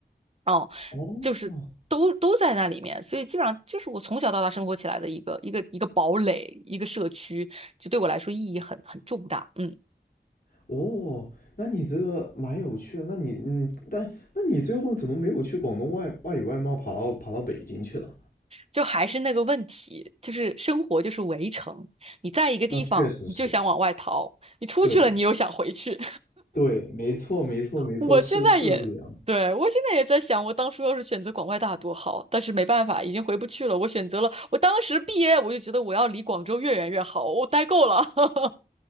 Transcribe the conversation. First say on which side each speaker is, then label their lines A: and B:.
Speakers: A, on the right (about 35°); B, on the left (about 55°).
A: 哦，
B: 哦
A: 就是都都在那里面，所以基本上就是我从小到大生活起来的一个一个一个堡垒，一个社区，就对我来说意义很很重大。嗯，
B: 哦，那你这个蛮有趣的。那你嗯，但那你最后怎么没有去广东外外语外贸跑到跑到北京去了？
A: 就还是那个问题，就是生活就是围城，你在一个地方你就想往外逃，
B: 那确实是，
A: 你出去了你又想回去。
B: 对对，没错没错没错，
A: 我现在也，
B: 是是这个样子。
A: 对，我现在也在想，我当初要是选择广外大多好，但是没办法，已经回不去了。我选择了，我当时毕业我就觉得我要离广州越远越好，我待够了。<laughs>